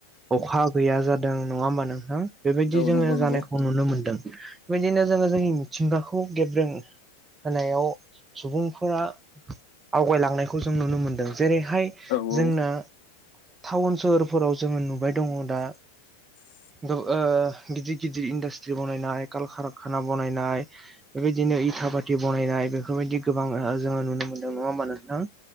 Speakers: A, on the right (about 15°); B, on the left (about 50°).
A: अखा गैया जादों नङा होमबा नोंथां बेबायदि
B: औ
A: जोङो
B: नंगौ नंगौ
A: जानायखौ नुनो मोनदों। बेबायदिनो जोङो जोंनि मिथिंगाखौ गेब्रों होनायाव सुबुं फोरा आवगायलांनायखौ जों नुनो मोनदों जेरैहाय
B: औ औ
A: जोंनो टाउन सोहोरफोराव जोङो नुबाय दङ दा
B: <inaudible>
A: गिदिर गिदिर इन्डास्ट्रि बनायनाय कलकारखाना बनायनाय बेबायदिनो इथा भाति बनायनाय बेफोरबायदि गोबां जोङो नुनो मोनदों नङा होमबा नोंथां